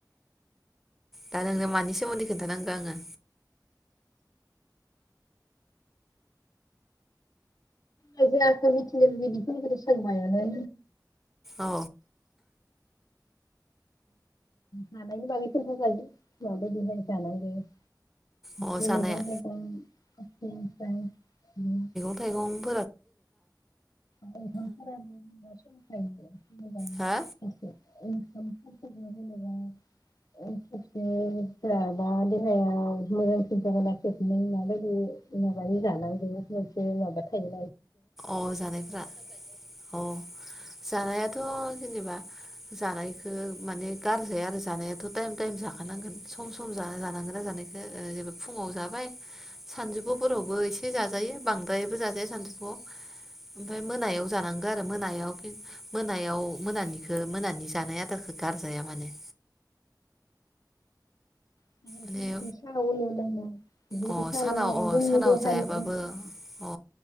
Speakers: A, in the centre; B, on the left.
A: दा नोंनो मानि सोमोन्दै खिथानांगो आङो
B: जों जाखौ मिथिनो लुबैदों बिखिनिखौ सोंबायानो
A: अ
B: जानायनि बागै खिन्था जायो माबायदिहाय जानाय जायो
A: अ
B: बे
A: जानाया
B: मैगं थाइगं <unintelligible>
A: थायगं‌
B: माय हथार होन सखायो
A: हा
B: ओंखाम फोरखो जों जेनेबा <unintelligible> जाबा देहायाव मोजांसिन जागोन ना माबायदि <unintelligible> माबानि जानांगौ मोनसे माबा थायोन
A: अ जानायफ्रा अ जानायाथ' जेनेबा जानायखो माने गारजाया आरो जानायाथ' टाइम टाइम जाखानांगोन। सम सम जा जानांगोना जानायखौ जेनबा फुङाव जाबाय सानजुफुफोरावबो एसे जाजायो बांद्रायबो जाजाया सानजौफुआव। ओमफाय मोनायाव जानांगौ आरो मोनायाव फिन मोनायाव मोनानिखो मोनानि जानाय आदारखौ गारजाया माने।
B: <inaudible>
A: माने अ
B: साहा
A: सानाव
B: लोंनाया
A: अ
B: जोंनि
A: सानाव
B: देहानि
A: जायाबाबो
B: माबा
A: अ